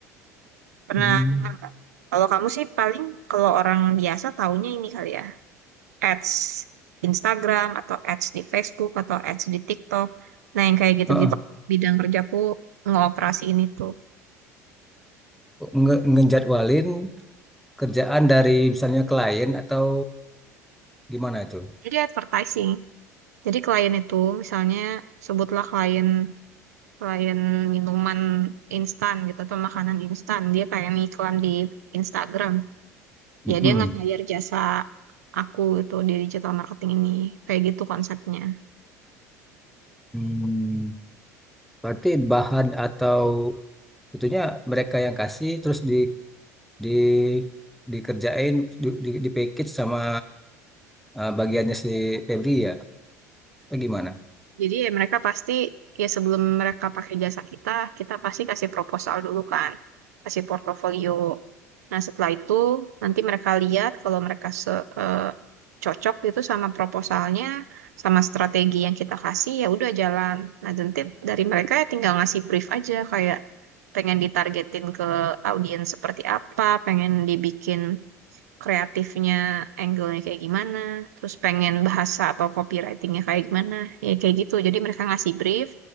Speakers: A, on the right (about 75°); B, in the centre.
A: Pernah
B: hmm.
A: dengar nggak? Kalau kamu sih paling kalau orang biasa taunya ini kali ya, ads Instagram atau ads di Facebook atau ads di TikTok. Nah, yang kayak gitu-gitu
B: Heeh.
A: bidang kerjaku ngoperasi ini tuh.
B: Nge- ngejadwalin kerjaan dari misalnya klien atau gimana itu?
A: Jadi advertising. Jadi klien itu misalnya sebutlah klien selain minuman instan gitu atau makanan instan dia pengen iklan di Instagram
B: Mm-mm.
A: ya dia nggak hire jasa aku itu di digital marketing ini kayak gitu konsepnya
B: Hmm. Berarti bahan atau itunya mereka yang kasih terus di di dikerjain di, di, di package sama eh, bagiannya si Febri ya? Atau gimana?
A: Jadi ya mereka pasti ya sebelum mereka pakai jasa kita, kita pasti kasih proposal dulu kan, kasih portofolio. Nah setelah itu nanti mereka lihat kalau mereka se eh, cocok itu sama proposalnya, sama strategi yang kita kasih ya udah jalan. Nah nanti dari mereka ya tinggal ngasih brief aja kayak pengen ditargetin ke audiens seperti apa, pengen dibikin kreatifnya, angle-nya kayak gimana, terus pengen bahasa atau copywriting-nya kayak gimana, ya kayak gitu. Jadi mereka ngasih brief,